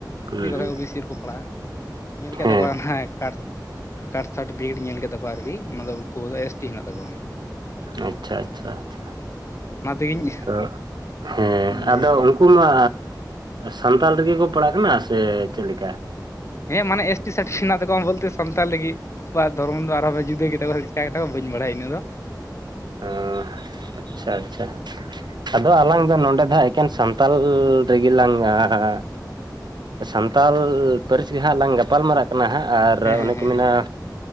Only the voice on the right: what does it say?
ᱦᱩᱸ
ᱦᱩᱸ
ᱦᱮᱸ
ᱟᱪᱪᱷᱟ ᱟᱪᱪᱷᱟ ᱟᱪᱪᱷᱟ
ᱛᱚ ᱦᱮᱸ ᱟᱫᱚ
ᱟᱱᱠᱩ ᱢᱟ ᱥᱟᱱᱛᱟᱞ ᱨᱮᱜᱮ ᱠᱚ ᱯᱟᱲᱟᱜ ᱠᱟᱱᱟ ᱥᱮ ᱪᱮᱫᱮ ᱞᱮᱠᱟ?
ᱟᱸ ᱟᱪᱪᱷᱟ ᱟᱪᱪᱷᱟ᱾ ᱟᱫᱚ ᱟᱞᱟᱝ ᱫᱚ ᱱᱚᱰᱮ ᱫᱚ ᱦᱟᱸᱜ ᱮᱠᱮᱱ ᱥᱟᱱᱛᱟᱞ ᱨᱮᱜᱮ ᱞᱟᱝ ᱟᱸ ᱥᱟᱱᱛᱟᱲ ᱯᱟᱹᱨᱤᱥ ᱜᱮ ᱦᱟᱸᱜ ᱞᱟᱝ ᱜᱟᱯᱟᱞ ᱢᱟᱨᱟᱜ ᱠᱟᱱᱟ ᱦᱟᱸᱜ ᱟᱨ
ᱟᱨ
ᱚᱱᱮ
ᱠᱚ ᱢᱮᱱᱟ